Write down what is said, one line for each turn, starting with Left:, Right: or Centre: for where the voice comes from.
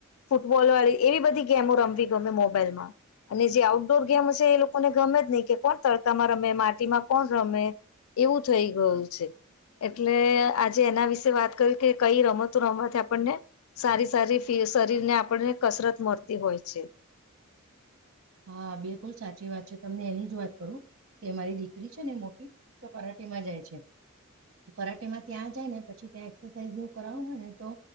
Left: ફૂટબોલ વાળી એવી બધી ગેમો રમવી ગમે મોબાઈલમાં અને જે આઉટડોર ગેમ છે એ લોકોને ગમે જ નહી કે કોણ તડકામાં રમે માટીમાં કોણ રમે. એવું થઈ ગયું છે. એટલે આજે એના વિશે વાત કરી કે કઈ રમતો રમત આપણને સારી સારી ફી શરીર ને આપણને કસરત મળતી હોય છે.
Right: હા બિલકુલ સાચી વાત છે તમને એની જ વાત કરું. કે મારી દીકરી છે ને મોટી તો કરાટી માં જાય છે. કરાટેમાં ત્યાં જાય ને પછી ત્યાં એક્સરસાાઈઝ નવું કરનું હોય ને તો